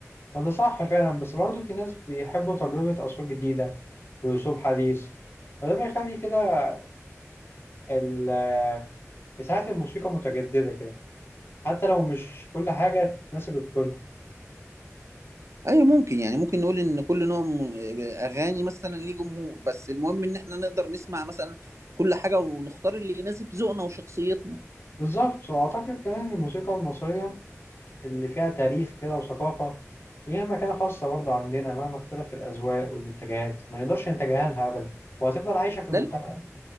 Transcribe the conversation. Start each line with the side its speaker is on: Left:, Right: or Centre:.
Left: وده صح فعلا بس برضه في ناس بيحبوا تجربة أصوات جديدة وأسلوب حديث وده بيخلي كده ال- إذاعة الموسيقى متجددة كده حتى لو مش كل حاجة تناسب الكل
Right: ايوه ممكن يعني ممكن نقول ان كل نوع م- اغاني مثلا ليه جمهور بس المهم ان احنا نقدر نسمع مثلا كل حاجة ونختار اللي يناسب ذوقنا وشخصيتنا
Left: بالظبط وأعتقد كمان إن الموسيقى المصرية اللي فيها تاريخ كده وثقافة ليها مكانة خاصة برضه عندنا مهما اختلف الأذواق والاتجاهات ما نقدرش نتجاهلها أبدا وهتفضل عايشة في المجتمع
Right: ده